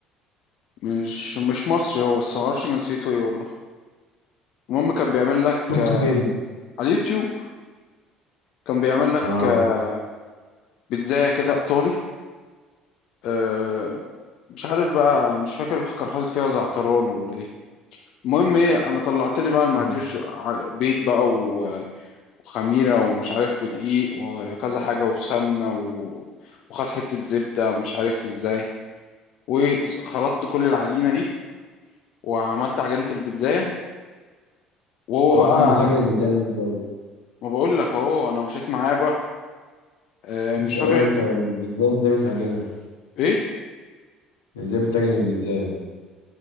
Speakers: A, on the left (about 55°); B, on the left (about 70°).
A: مش مش مصري هو بس معرفش جنسيته ايه والله المهم كان بيعمل لك
B: شفته
A: آه،
B: فين؟
A: على اليوتيوب كان بيعمل لك
B: اه
A: آه، بيتزاية كده ايطالي آه، مش عارف بقى مش فاكر كان حاطط فيها زعتران ولا ايه المهم ايه انا طلعت لي بقى المقادير
B: اه
A: ش- ع- بيض بقى و- وخميره ومش عارف ودقيق وكذا حاجه وسمنه و... وخد حته زبده مش عارف ازاي وخلطت كل العجينه دي وعملت عجينه البيتزا وهو
B: أنت أصلا
A: بقى
B: بتعجن البيتزا دي إزاي؟
A: ما بقول لك اهو انا مشيت معاه بقى آه،
B: بت...
A: مش
B: أيوه
A: فاكر
B: أنت البيتزا إزاي بتعجنها؟
A: ايه
B: إزاي بتعجن البيتزا؟